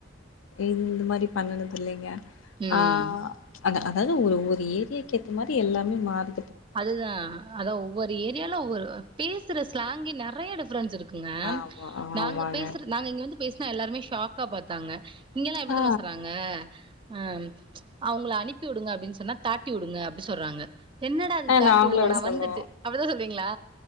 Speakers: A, on the left; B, on the right.
A: இந்து மாரி பண்ணுணதுல்லைங்க
B: ம்
A: ஆ அத அதாது ஒரு ஒரு ஏரியாக்கு ஏத்த மாரி எல்லாமே மாறு
B: அதுதா அதா ஒவ் ஒரு ஏரியால ஒவ்வொரு பேசுற ஸ்லாங்கே நறைய டிஃப் ப்ரன்ஸ் இருக்குங்க
A: ஆமா
B: நாங்க
A: ஆமாங்க
B: பேசுற நாங்க இங்க வந்து பேசுர் எல்லாருமே ஷாக்கா பாத்தாங்க இங்கலா எப்டி
A: ஆ
B: தெரிமா சொல்றாங்க அ அவுங்ள அனுப்பிவுடுங்க அப்டின் சொன்னா தாட்டி உடுங்க அப்டி சொல்றாங்க என்னடா அது
A: ஆ
B: தாட்டி
A: நாங்கள
B: உடுங்க
A: விட
B: நா
A: சொல்லுவோ
B: வந்துட்டு அப்டிதா சொல்வீங்ளா